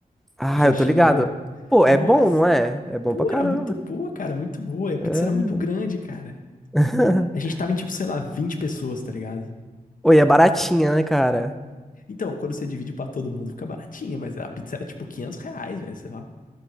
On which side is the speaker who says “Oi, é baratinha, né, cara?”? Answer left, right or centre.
Centre